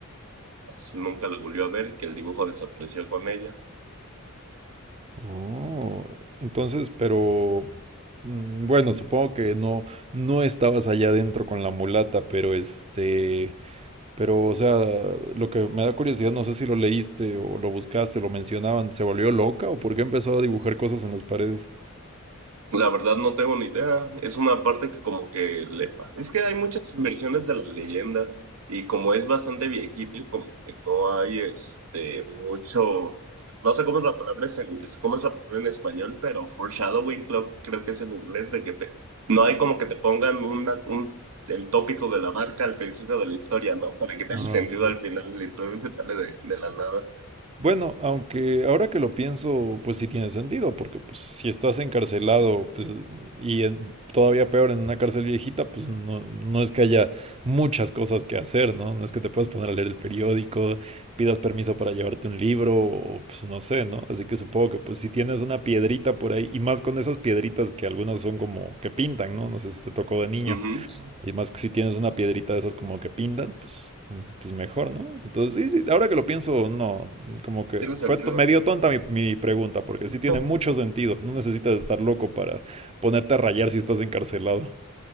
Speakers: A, on the right; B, on the right.
A: Pues, nunca la volvió a ver, que el dibujo desapareció con ella.
B: Oh, entonces, pero mm, bueno,
A: Y
B: supongo que no, no estabas allá adentro con la mulata, pero este, Pero, o sea, lo que me da curiosidad, no sé si lo leíste o lo buscaste, lo mencionaban, ¿se volvió loca o por qué empezó a dibujar cosas en las paredes?
A: la verdad no tengo ni idea. Es una parte que como que le... fa- Es que hay muchas versiones de la leyenda y como es bastante viejito y como que no hay este mucho... No sé cómo es la palabra, es en- cómo es la palabra en español, pero foreshadowing creo, creo que es en inglés de que te... No hay como que te pongan una- un, el tópico de la marca al principio de la historia, ¿no? Para que tenga
B: Ah,
A: <laughs> sentido
B: ok.
A: al final, literalmente sale de, de la nada.
B: Bueno, aunque ahora que lo pienso, pues sí tiene sentido, porque pues si estás encarcelado, pues y en- todavía peor en una cárcel viejita, pues no, no es que haya muchas cosas que hacer, ¿no? No es que te puedas poner a leer el periódico, pidas permiso para llevarte un libro, o pues no sé, ¿no? Así que supongo que pues si tienes una piedrita por ahí, y más con esas piedritas que algunas son como que pintan, ¿no? No sé si te tocó de niño.
A: Ujú,
B: Y más que si tienes una piedrita de esas como que pintan, pues, pues mejor, ¿no? Entonces, sí, sí, ahora que lo pienso, no. Como que
A: Tiene sentido.
B: fue to- medio tonta mi, mi pregunta, porque sí tiene
A: No.
B: mucho sentido. No necesitas estar loco para ponerte a rayar si estás encarcelado.